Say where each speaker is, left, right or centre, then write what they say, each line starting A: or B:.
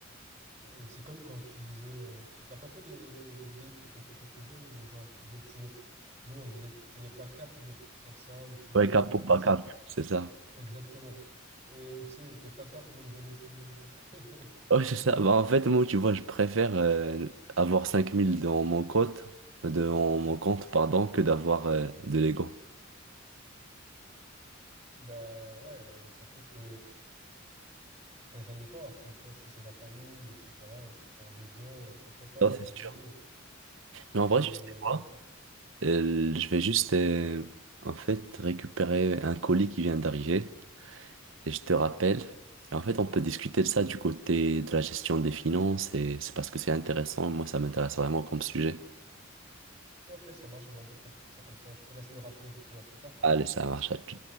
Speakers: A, on the right; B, on the right.
A: euh, c'est comme quand tu disais, euh, tu t'as pas fait les, les, les défis quand t'étais plus jeune ou genre tu disais, tu n'es, nous on disait, tu n'es pas capable de faire ça ou tu n'es
B: Ouais,
A: pas
B: cap
A: capable de
B: ou
A: faire
B: pas cap,
A: ci.
B: c'est ça. <laughs>
A: Exactement. Et tu sais, t'es pas capable de me donner cinq mille euros. <laughs>
B: Ouais, c'est ça. Bah, en fait, moi, tu vois, je préfère euh, avoir 5000 dans mon compte, euh, dans mon compte, pardon, que d'avoir euh, de l'ego.
A: Ben ouais, surtout que ben, ça dépend après, tu vois, si c'est la famille, etc., et que c'est un besoin, pourquoi pas,
B: Non,
A: entre
B: c'est sûr.
A: guillemets.
B: Mais en vrai,
A: Mais
B: je sais quoi?
A: ouais,
B: Euh, je vais juste, euh, en fait, récupérer un colis qui vient d'arriver et je te rappelle. Et en fait, on peut discuter de ça du côté de la gestion des finances et c'est parce que c'est intéressant. Moi, ça m'intéresse vraiment comme sujet.
A: ok, ça marche, ben on peut faire ça comme ça. Je te laisse me rappeler du coup, à plus tard.
B: Allez, ça marche à tout.